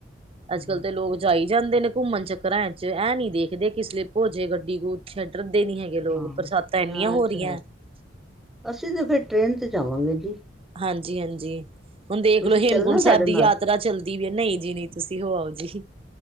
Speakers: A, on the right; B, in the centre.
A: ਅੱਜ
B: ਹੂੰ
A: ਕਲ ਤੇ ਲੋਕ ਜਾਈ। ਜਾਂਦੇ ਨੇ ਘੁੰਮਣ ਚੱਕਰਾਂ ਵਿਚ ਇਹਂ ਨੀ ਦੇਖਦੇ ਕਿ ਸਲੀਪ ਹੋਜੇ ਗੱਡੀ ਕੁਛ ਡਰਦੇ ਨੀ। ਹੈਗੇ ਲੋਕ
B: ਹਾਂ
A: ਬਰਸਾਤਾਂ ਇੰਨੀਆਂ ਹੋ
B: ਅੱਛਾ
A: ਰਹੀਆਂ
B: ਅਸੀਂ ਤਾਂ ਫਿਰ ਟ੍ਰੇਨ ਤੇ ਜਾਵਾਂਗੇ ਜੀ।
A: ਹਾਂਜੀ ਹਾਂਜੀ ਹੁਣ ਦੇਖਲੋ
B: ਤੁਸੀਂ
A: ਹੇਮਕੁੰਟ
B: ਚੱਲਣਾ
A: ਸਾਹਿਬ
B: ਸਾਡੇ
A: ਦੀ
B: ਨਾਲ
A: ਯਾਤਰਾ ਚੱਲਦੀ ਵੀ ਹੈ ਨਹੀਂ ਜੀ ਨਹੀਂ। ਤੁਸੀਂ ਹੋ ਆਓ ਜੀ।